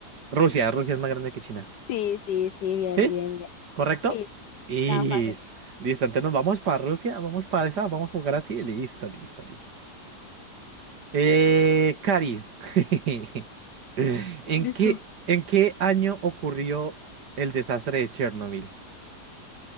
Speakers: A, on the right; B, on the left.
A: Rusia. Rusia es más grande que China.
B: sí, sí, sí, bien,
A: ¿Sí?
B: bien, bien.
A: ¿Correcto?
B: Sí,
A: Y
B: estaba fácil.
A: listo, entonces nos vamos para Rusia, vamos para esa, vamos a jugar así. Listo, listo, listo. Eh, Cari, <laughs> ¿en
B: Listo.
A: qué, en qué año ocurrió el desastre de Chernobyl?